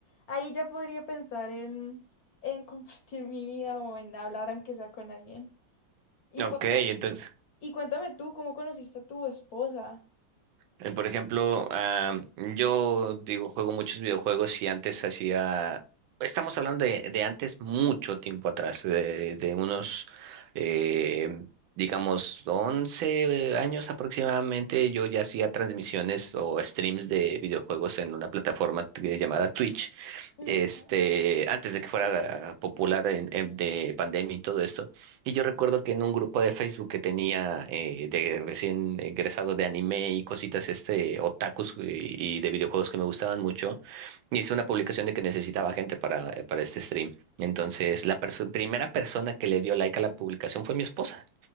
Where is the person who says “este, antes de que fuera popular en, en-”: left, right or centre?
Right